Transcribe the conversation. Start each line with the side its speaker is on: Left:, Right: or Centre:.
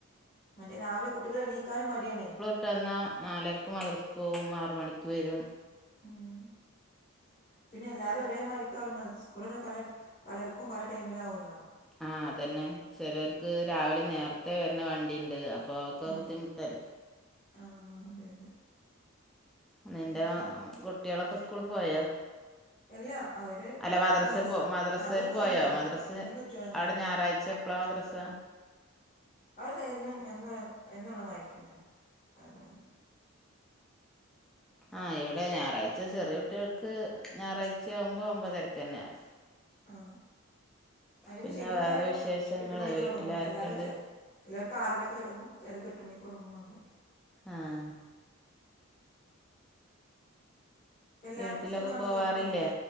Left: മറ്റേ രാവിലെ കുട്ടികൾ എണീക്കാനും മടിയാണേ
Centre: ട്ടെന്നാ നാലരക്ക് മദ്രസ്ക്ക് പോകും ആറ് മണിക്ക് വരും
Left: ഉം പിന്നെ എല്ലാരും ഒരേമാതിരിക്ക അവുമ്പം അ സ്കൂൾത് പല പലർക്കും പല ടൈമിലാവുല്ലോ
Centre: ആ അതന്നെ ചിലർക്ക് രാവിലെ നേരത്തെ വരണ വണ്ടിയുണ്ട് അപ്പൊ ഒക്കെ
Left: ആ
Centre: ബുദ്ധിമുട്ടല്ലേ
Left: ആ അതെ അതെ
Centre: നിന്റെ
Left: അങ്ങനത്തെ
Centre: കുട്ടികളൊക്കെ സ്കൂൾ പോയോ
Left: അല്ല അവര്
Centre: അല്ല മദ്രസിൽ
Left: മദ്രസ്
Centre: പോ മദ്രസൽ
Left: അത് കഴിഞ്ഞ്
Centre: പോയോ
Left: വന്ന്
Centre: മദ്രസ്
Left: മൂന്ന് കുട്ടികളുണ്ട്
Centre: അവിടെ
Left: എനിക്ക്
Centre: ഞായറാഴ്ച എപ്പളാ മദ്രസ്സ
Left: അഹ് എന്നും എന്നും എന്നുള്ള മാരിക്കെന്നെ അഹ് തുടങ്ങുന്നത്
Centre: ആ ഇവിടെ ഞായറാഴ്ച ചെറിയ കുട്ടികൾക്ക് ഞായറാഴ്ചയാവുമ്പോൾ ഒൻമ്പതരക്ക് തന്നെ ആകും
Left: ആ അയ്ന് ഇത്
Centre: പിന്നെ
Left: ശനിം
Centre: വേറെ
Left: ഞായറും
Centre: വിശേഷങ്ങള്
Left: എട്ട് മണിക്ക്
Centre: വീട്ടിലാരൊക്കെണ്ട്
Left: തുടങ്ങും എല്ലാവരും ചിലർക്ക് ആറരക്ക് തുടങ്ങും ചേലോർക്ക് എട്ട് മണിക്ക് തുടങ്ങും അങ്ങനൊക്കെ
Centre: ആഹ്
Left: എല്ലാർക്കും
Centre: വീട്ടിലൊക്കെ
Left: സുഖമാണ്
Centre: പോവാറില്ലേ
Left: കൊഴപ്പൊന്നുല്ല